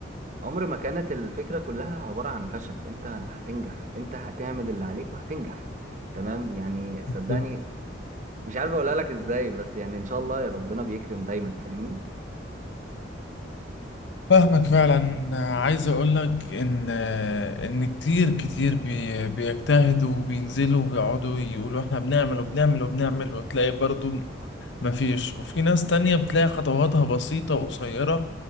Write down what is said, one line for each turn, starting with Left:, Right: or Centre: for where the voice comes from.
Right: عمر ما كانت الفكره كلها عباره عن فشل انت هتنجح انت هتعمل اللي عليك وهتنجح تمام يعني صدقني
Left: بالظبط.
Right: مش عارف اقولها لك ازاي بس يعني ان شاء الله يا ربنا بيكرم دايما فاهمني
Left: فاهمك فعلا عايز اقول لك ان ان كتير كتير بي- بيجتهدوا وبينزلوا وبيقعدوا يقولوا احنا بنعمل وبنعمل وبنعمل وتلاقي برضو مفيش وفي ناس تانية بتلاقي خطواتها بسيطة وقصيرة